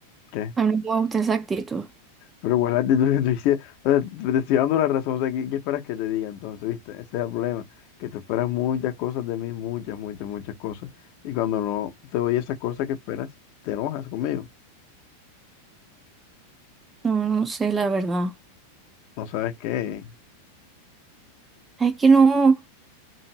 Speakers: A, on the left (about 45°); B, on the right (about 15°).
A: ¿Qué?
B: a mí no me gusta esa actitud.
A: Pero igual la actitud que tú <laughs> hiciste, o sea, te te estoy dando la razón, o sea, ¿qué, qué esperas que te diga entonces, viste? Ese es el problema, que tú esperas muchas cosas de mí, muchas, muchas, muchas cosas, y cuando no te doy esas cosas que esperas, te enojas conmigo,
B: No, no sé, la verdad.
A: no sabes qué,
B: Es que no,